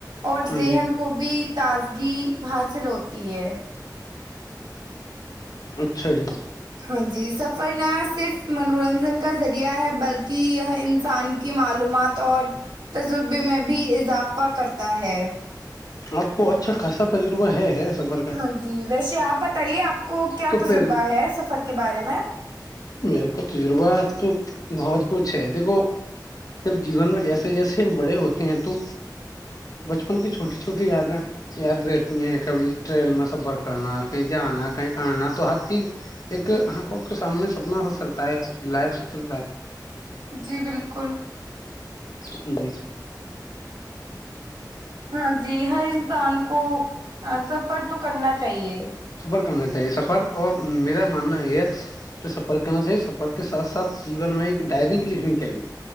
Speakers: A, on the right (about 85°); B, on the left (about 55°).
A: اور
B: ہاں
A: زہن
B: جی
A: کو بھی تازگی حاصل ہوتی ہے
B: اچھا جی <unintelligible>
A: ہاں جی سب پر نہ صرف منورنجن <unintelligible> کا ذریعہ ہے بلکہ یہ انسان کے کی معلومات اور تجربے میں بھی اضافہ کرتا ہے
B: آپ کو اچھا خاصا تجربہ ہے سفر کا
A: ہاں جی ویسے آپ بتائیے آپ کو کیا
B: تو
A: تجربہ
B: پھر
A: ہے سفر کے بارے میں
B: میرے کو تجربہ تو بہت کچھ ہے دیکھو جب جیون میں جیسے جیسے ہم بڑے ہوتے ہیں تو بچپن کی چھوٹی چھوٹی یادیں یاد رہتی ہیں کبھی ٹرین میں سفر کرنا کہیں جانا کہیں کرنا تو ہر چیز ایک ہقوں کے سامنے سپنا سے چلتا ہے لائف سے چلتا ہے
A: جی بالکل
B: ہ جی
A: ہاں جی ہر انسان کو سفر تو کرنا چاہیے
B: سفر کرنا چاہیے سفر اور میرا ماننا یہ ہے کہ سفر کرنا چاہیے سفر کے ساتھ ساتھ جیون میں ایک ڈائری بھی لکھنی چاہیے